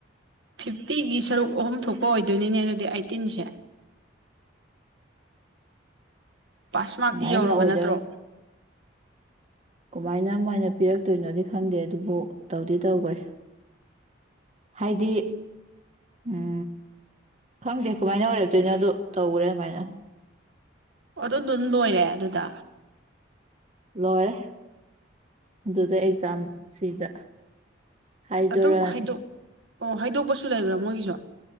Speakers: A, on the right; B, on the right.
A: ꯐꯤꯐꯇꯤꯒꯤ ꯁꯔꯨꯛ ꯑꯍꯨꯝ ꯊꯣꯛꯄ ꯑꯣꯏ ꯗꯨꯏꯅꯤꯅꯦ ꯑꯗꯨꯗꯤ ꯑꯩꯠꯇꯤꯟꯁꯦ ꯄꯥꯁꯃꯔꯛꯇꯤ
B: ꯑꯗꯨꯃꯥꯏꯅ
A: ꯌꯧꯔꯕ
B: ꯑꯣꯏꯔ
A: ꯅꯠꯇ꯭ꯔꯣ
B: ꯀꯃꯥꯏꯅ ꯃꯥꯏꯅ ꯄꯤꯔꯛꯇꯣꯏꯅꯣꯗꯤ ꯈꯪꯗꯦ ꯑꯗꯨꯕꯨ ꯇꯧꯗꯤ ꯇꯧꯈ꯭ꯔꯦ ꯍꯥꯏꯗꯤ ꯎ ꯈꯪꯗꯦ ꯀꯃꯥꯏꯅ ꯑꯣꯏꯔꯛꯇꯣꯏꯅꯣ ꯑꯗꯨ ꯇꯧꯈ꯭ꯔꯦ ꯑꯗꯨꯃꯥꯏꯅ
A: ꯑꯗꯨꯝ ꯑꯗꯨꯝ ꯂꯣꯏꯔꯦ ꯑꯗꯨꯗ
B: ꯂꯣꯏ ꯑꯗꯨꯗ ꯑꯦꯛꯖꯥꯝ ꯁꯤꯗ ꯍꯥꯏꯗꯔꯅꯤ
A: ꯑꯗꯨꯝ ꯍꯥꯏꯗꯣꯛ ꯑꯣ ꯍꯥꯏꯗꯣꯛꯄꯁꯨ ꯂꯩꯕ꯭ꯔꯥ ꯃꯣꯏꯒꯤꯁꯨ